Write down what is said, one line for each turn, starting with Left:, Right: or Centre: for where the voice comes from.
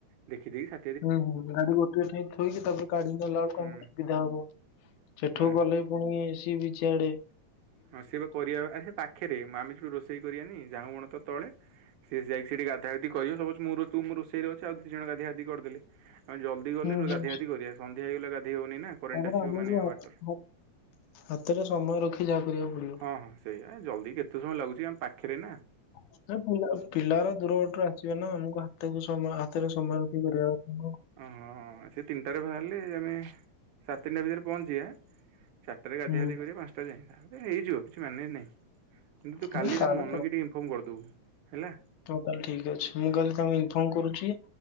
Right: ଦେଖି ଦେଇକି ସା
Left: ଉଁ ହୁଁ ଗାଡ଼ି ଗୋଟିଏ ଠାଇଁ ଥୋଇକି ତାପରେ କାଢ଼ି ନେଲା ଅଳୁକୁ
Right: ହୁଁ
Left: ଆମୂକୁ ଅସୁବିଧା ହବ ସେଠୁ
Right: ହଁ
Left: ଗଲେ ପୁଣି ସି ବିଚ ଆଡ଼େ
Right: ହଁ ସିଏ ବା କରିବା ବା ଆଃ ସେ ପାଖେରେ ମ ଆମେ ଯୋଉ ରୋଷେଇ କରିବାନି ଝାଉଁବଣ ତା ତଳେ। ସିଏ ଯାଇକି ସେଠି ଗାଧା ଗଧି କରିବେ ସବୁ ଅଛି ମୁଁ ରୁଅ ତୁ ମୁଁ ରୋଷେଇରେ ଅଛି ଆଉ ଦି ଜଣ ଗାଧିଆଧି କରଦେଲେ। ଆମେ ଜଲ୍ଦି ଗଲେ
Left: ହୁଁ ହୁଁ।
Right: ଗାଧା ଗାଧି କରିବା ସନ୍ଧ୍ୟା ହେଇଗଲେ ଗାଧେଇ ହବନି ନା। କରେଣ୍ଟ
Left: ତାପରେ
Right: ଆସିବ
Left: ଆମକୁ
Right: ମାନେ
Left: ହାତ୍
Right: ୱାଟର।
Left: ହାତ୍ ହାତରେ ସମୟ ରଖି ଯାହା କରିବାକୁ ପଡ଼ିବ।
Right: ହଁ ସେଇଆ ଜଲ୍ଦି କେତେ ସମୟ ଲାଗୁଛି ଆମ ପାଖରେ ନା।
Left: ଅତେବ ପିଲାଉରା ପିଲାଉରା ଦୂର ବାଟରୁ ଆସିବେ ନା ଆମକୁ ହାତକୁ ସମୟ ହାତରେ ସମୟ ଦୂରରେ ରଖ।
Right: ଓହୋ ସେ ତିନିଟାରେ ବାହାରିଲେ ଆମେ ସାଢ଼େ ତିନିଟା ଭିତରେ ପହଞ୍ଚିବା ଚାରିଟାରେ ଗାଧିଆ
Left: ହୁଁ
Right: ଗାଧି କରି ପାଞ୍ଚ କେତେବେଳେ ଯାଏଁ ଆଉ ହେଇଯିବ କିଛି ମାନେ ନାହିଁ। କିନ୍ତୁ
Left: ହଁ
Right: କାଲି
Left: ତାହେଲେ
Right: ତାଙ୍କ ମନକି ଟିକେ ଫୋନ୍ କରିଦବୁ ହେଲା।
Left: ହଁ ତାହେଲେ ଠିକ୍ ଅଛି। ମୁଁ କାଲି ତାଙ୍କୁ ଇନଫର୍ମ କରୁଚି।